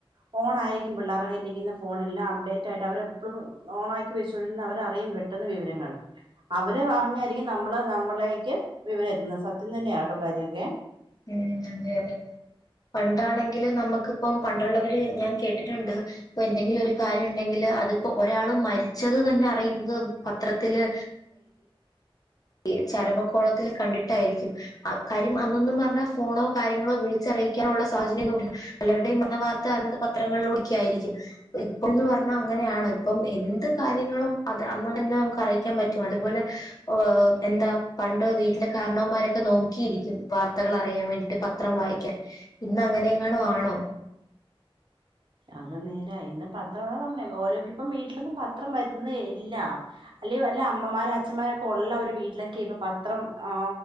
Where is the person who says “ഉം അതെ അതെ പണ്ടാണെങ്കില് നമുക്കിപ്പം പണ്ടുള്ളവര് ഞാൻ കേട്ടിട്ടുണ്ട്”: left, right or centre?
Left